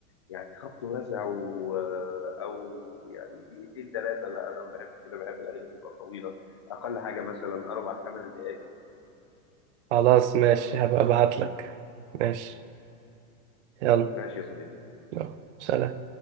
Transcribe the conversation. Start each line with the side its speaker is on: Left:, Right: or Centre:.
Left: يعني خبط ورزع و... آه، أو يعني دقيقتين ثلاثة لا أنا ما بحبش كده بحب الأغاني تبقى طويلة أقل حاجة مثلا أربع خمس دقايق
Right: خلاص ماشي هبقى ابعت لك ماشي يلا
Left: ماشي يا صديقي
Right: يلا. سلام